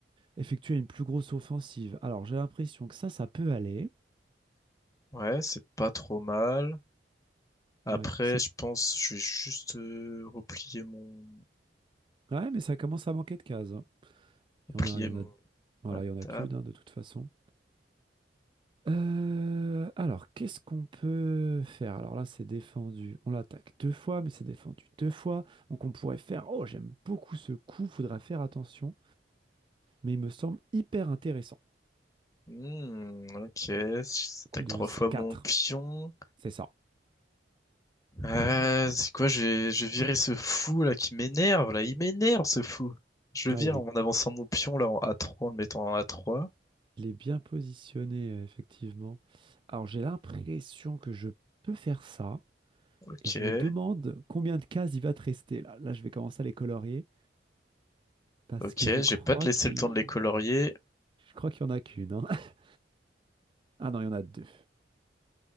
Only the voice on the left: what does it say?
Ouais, c'est pas trop mal. Après,
je pense que je vais juste euh, replier mon
replier
mon
ma
table.
Hmm, ok, j'attaque
trois
fois mon pion.
Ah, c'est quoi? J'ai j'ai viré ce fou là qui m'énerve là. Il m'énerve ce fou. Je
le vire
en avançant mon pion là en A3, en le mettant en A3.
Ok.
Ok,
je
vais pas te laisser
le temps de les colorier.